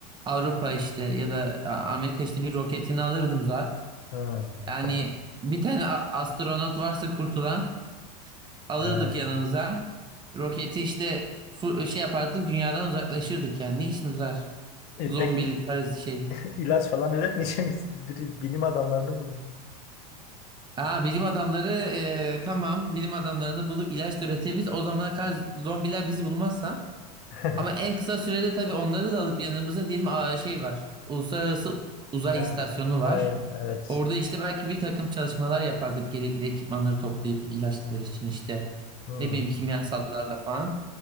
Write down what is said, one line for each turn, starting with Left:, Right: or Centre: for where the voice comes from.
Right: Avrupa işte ya da A- Amerika işte bir roketini alırdım Zuhat.
Left: ha.
Right: Yani
Left: <laughs>
Right: bir tane a- astronot varsa kurtulan alırdık
Left: He.
Right: yanımıza. Roketi işte fu- şey yapardık dünyadan uzaklaşırdık yani. Ne işimiz var?
Left: E,
Right: Zombili
Left: peki
Right: Paris şey.
Left: ilaç falan üretmeyecek misin? <laughs> Bir bilim adamlarını buldum.
Right: Aa bilim adamları e, tamam bilim adamlarını bulup ilaç da üretebiliriz. O zamana kadar zombiler bizi bulmazsa.
Left: <laughs>
Right: Ama en kısa sürede tabii onları da alıp yanımıza diyelim aa, şey var. Uluslararası Uzay
Left: He.
Right: İstasyonu var.
Left: Hayır, evet.
Right: Orada işte belki bir takım çalışmalar yapardık. Gerekli ekipmanları toplayıp ilaçlar için işte
Left: Hmm.
Right: ne bileyim kimyasallarla falan.